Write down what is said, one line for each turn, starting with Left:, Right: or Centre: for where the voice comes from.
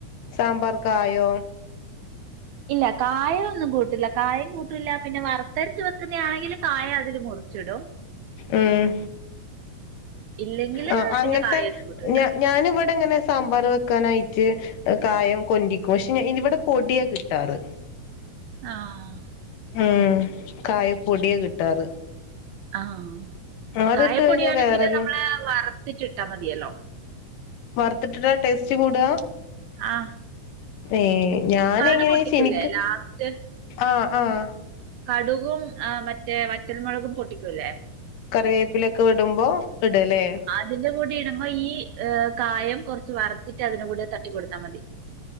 Left: സാംമ്പാർക്കായോ
Right: ഇല്ല കായം ഒന്നു കൂട്ടില്ല കായം കൂട്ടൂല്ല പിന്ന വറ്ത്തരച്ച് വെക്കുന്ന ആണെങ്കില് കായം അതിൽ മുർ ച്ചിടും
Left: ഉം
Right: ഇല്ലെങ്കില്
Left: ആ അങ്ങൻത്ത
Right: പിന്നെ കായൊന്നും കൂട്ടൂല്ല.
Left: ഞാനും ഇവിടങ്ങന സാംമ്പാറ് വെക്കാനായിട്ട് കായം കൊണ്ടിക്കോക്ഷ്നെ ഇതിവിട പൊടിയാ കിട്ടാറ്
Right: ആഹ്
Left: ഉം കായ പൊടിയ കിട്ടാറ്
Right: ആഹ്
Left: അതിട്ട്
Right: കായ പ്പൊടിയാണെങ്കില്
Left: കഴിഞ്ഞാ വേറൊരു
Right: നമ്മള് വറുത്തിട്ട് ഇട്ടാ മതിയല്ലോ
Left: വറുത്തിട്ടിട്ട ടേസ്റ്റ് കൂടുക
Right: ആഹ്
Left: ഏ ഞാൻ
Right: കടു
Left: ഇങ്ങനെ
Right: പൊട്ടിക്കൂലേ
Left: ശെനിക്ക്
Right: ലാസ്റ്റ്
Left: ആഹ് ആഹ്
Right: കടുകും ആ മറ്റേ വറ്റൽമൊളകും പൊട്ടിക്കൂലെ
Left: കറിവേപ്പിലക്കെ ഇടുംമ്പോ ഇടൂലെ
Right: ഇതിന്റെ കൂടി ഇടുമ്പോ ഈഹ് കായം കൊർച്ച് വറുത്തിട്ട് അതിന്റെ കൂടെ തട്ടി കൊടുത്താ മതി